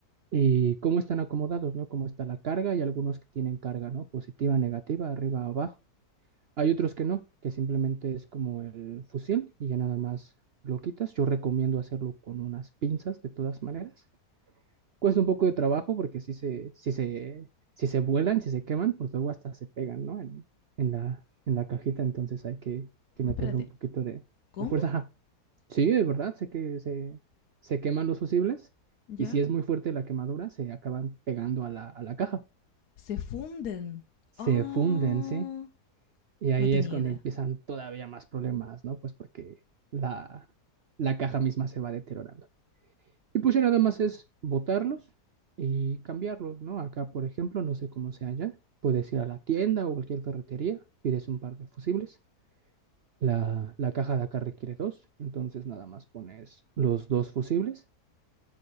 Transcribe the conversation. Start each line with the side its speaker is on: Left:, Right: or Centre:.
Right: y cómo están acomodados, ¿no? Cómo está la carga y algunos que tienen carga, ¿no? Positiva, negativa, arriba, abajo. Hay otros que no, que simplemente es como el fusil y ya nada más lo quitas. Yo recomiendo hacerlo con unas pinzas de todas maneras. Cuesta un poco de trabajo porque si se, si se, si se vuelan, si se queman, pues luego hasta se pegan, ¿no? En, en la, en la cajita, entonces hay que, que meterle
Left: Espérate.
Right: un poquito de,
Left: ¿Cómo?
Right: de fuerza. Ajá. Sí, de verdad, sé que se, se queman los fusibles
Left: ¿Ya?
Right: y si es muy fuerte la quemadura, se acaban pegando a la, a la caja.
Left: Se funden.
Right: Se
Left: Oh,
Right: funden, ¿sí? Y ahí
Left: no tenía
Right: es cuando
Left: idea.
Right: empiezan todavía más problemas, ¿no? Pues porque la, la caja misma se va deteriorando. Y pues ya nada más es botarlos y cambiarlos, ¿no? Acá, por ejemplo, no sé cómo sea allá, puedes ir a la tienda o cualquier ferretería, pides un par de fusibles. La, la caja de acá requiere dos, entonces nada más pones los dos fusibles